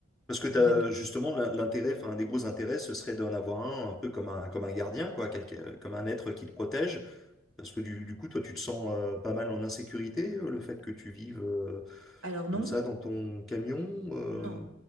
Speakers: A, in the centre; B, on the right (about 85°).
A: Parce que t'as,
B: J'aurais...
A: justement, l'in- l'intérêt, enfin, un des gros intérêts, ce serait d'en avoir un, un peu comme un, comme un gardien, quoi, quelqu'un, euh, comme un être qui te protège. Parce que du, du coup, toi, tu te sens euh, pas mal en insécurité, euh, le fait que tu vives euh,
B: Alors non,
A: comme ça dans ton camion, euh,
B: Non,